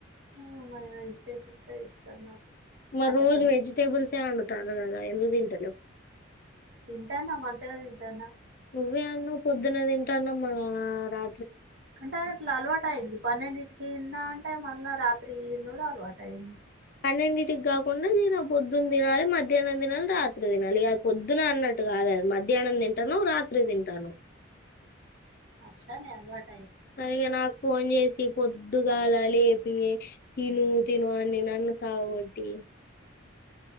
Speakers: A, on the right; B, on the left.
A: హ్మ్ మరి వెజిటేబుల్సే ఇష్టం నాకు
B: మరి
A: నాకు
B: రోజు
A: అసలు
B: వెజిటేబుల్సే వండుతారు కదా ఎందుకు తింట హలో
A: తింటాన్నా మంచిగా నే తింటాన్నా
B: నువ్వే అన్నవ్ పొద్దున తింటాన్న మా రా
A: అంటే అదట్లా అలవాటు అయింది పన్నెండింటికిింద అంటే మన రాత్రి నుడులవాటైం
B: పన్నింటింటికి కాకుండా దే పొద్దున్న తినాలి మధ్యాహ్నం తినాలి రాత్రి తినాలి ఇక పొద్దున అన్నట్టు కాదది మధ్యాహ్నం తింటాన్నావ్ రాత్రి తింటాన్నావ్
A: అట్లానేే అలవాట్
B: ఆ ఇగ నాకు ఫోన్ చేసి పొద్దుగాల లేపి తిను తిను అని నన్ను సావగొటి